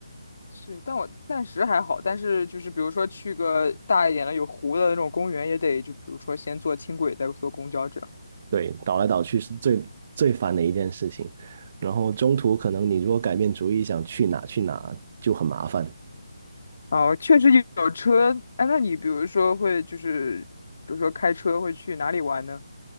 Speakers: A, on the left; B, on the right.
A: 是，但我暂时还好。但是就是比如说去个大一点的有湖的那种公园，也得就比如说先坐轻轨，再坐公交这样。
B: 对，倒来倒去是最最烦的一件事情。然后中途可能你如果改变主意想去哪去哪就很麻烦。
A: 哦，确实有有车。哎，那你比如说会就是，比如说开车会去哪里玩呢？